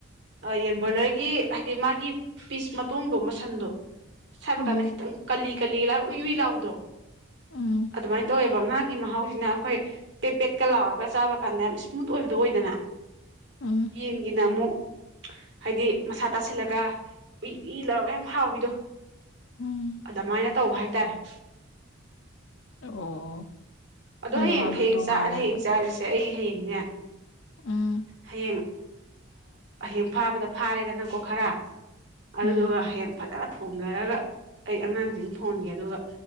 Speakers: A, on the right (about 60°); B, on the left (about 65°).
A: ꯌꯦꯟꯕꯣꯏꯂꯔꯒꯤ ꯍꯥꯏꯗꯤ ꯃꯥꯒꯤ ꯄꯤꯁ ꯃꯇꯣꯟꯗꯣ ꯃꯁꯟꯗꯣ ꯁ ꯍꯥꯏꯕ
B: ꯎꯝ
A: ꯀꯥꯟꯗ ꯈꯤꯇꯪ ꯀꯂꯤ ꯀꯂꯤ ꯂꯥꯛ ꯎꯏ ꯎꯨꯏ ꯂꯥꯛꯎꯗꯣ
B: ꯎꯝ
A: ꯑꯗꯨꯃꯥꯏꯅ ꯇꯧꯋꯦꯕ ꯉꯥꯒꯤ ꯃꯍꯥꯎꯁꯤꯅ ꯑꯩꯈꯣꯏ ꯄꯦꯄꯦꯠꯀ ꯂꯥꯎꯔꯒ ꯆꯥꯕ ꯀꯥꯟꯗ ꯌꯥꯝ ꯏꯁꯃꯨꯠ ꯑꯣꯏꯕꯗꯣ ꯑꯣꯏꯗꯅ
B: ꯎꯝ ꯎꯝ
A: ꯌꯦꯟꯒꯤꯅ ꯑꯃꯨꯛ ꯍꯥꯏꯗꯤ ꯃꯁꯥ ꯇꯥꯁꯤꯜꯂꯒ ꯏꯏ ꯏ ꯂꯧꯔꯒ ꯌꯥꯝ ꯍꯥꯎꯋꯗꯣ
B: ꯎꯝ
A: ꯑꯗꯨꯃꯥꯏꯅ ꯇꯧꯕ ꯍꯥꯏꯇꯥꯔꯦ
B: ꯑꯣ
A: ꯑꯗꯣ
B: ꯃꯥꯏ
A: ꯍꯌꯦꯡ
B: ꯃꯍꯥꯎꯁꯦ
A: ꯍꯌꯦꯡ
B: ꯇꯣꯡꯉꯥꯜꯂꯦꯕ
A: ꯆꯥꯛ ꯍꯌꯦꯡ ꯆꯥꯔꯤꯁꯦ ꯑꯩ ꯍꯌꯦꯡꯅꯦ
B: ꯎꯝ
A: ꯍꯌꯦꯡ ꯍꯌꯦꯡ ꯐꯥꯕꯗ ꯐꯥꯔꯦꯗ ꯅꯪꯀꯣ ꯈꯔ ꯑꯗꯨꯗꯨꯒ
B: ꯎꯝ
A: ꯍꯌꯦꯡ ꯐꯖꯅ ꯐꯣꯡꯊꯔꯒ ꯑꯩ ꯑꯉꯥꯡꯁꯤꯡ ꯐꯣꯟꯒꯦ ꯑꯗꯨꯒ